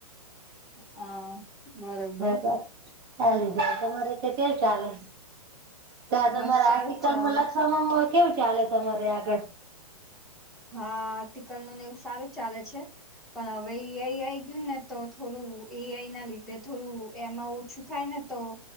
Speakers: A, in the centre; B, on the right.
A: હા. બરોબર.
B: બરાબર ચાલી જ તમા તમારેતે તેવ ચાલે. ત્યાં તમારે
A: બસ
B: આર્ટિકલમાં
A: સારું ચાલે
B: લખવામાં
A: છે
B: કેવું. ચાલે તમારે આગળ.
A: હા. લ નું ને એવું સારું ચાલે છે. <inaudible> ને તો થોડું એઆઈ ના લીધે થોડું એમાં ઓછું થાય ને તો